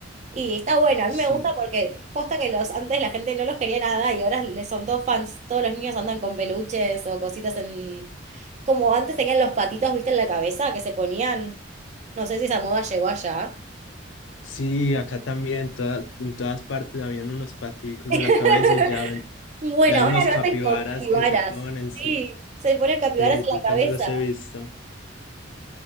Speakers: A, on the right; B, on the left.
A: Y está bueno, a
B: Sí,
A: mí me gusta porque posta que los antes la gente no los quería nada y ahora les son todos fans. Todos los niños andan con peluches o cositas en... Como antes tenían los patitos, ¿viste? En la cabeza que se ponían. No sé si esa moda llegó allá.
B: sí, acá también, todas, en todas partes habían unos paticos
A: <laughs>
B: en la cabeza, ya ven,
A: Bueno,
B: ya hay
A: ahora
B: unos
A: lo
B: capibaras
A: hacen como capibaras.
B: que se ponen, sí,
A: Sí, se ponen capibaras
B: sí,
A: en
B: yo
A: la
B: también
A: cabeza,
B: los he visto,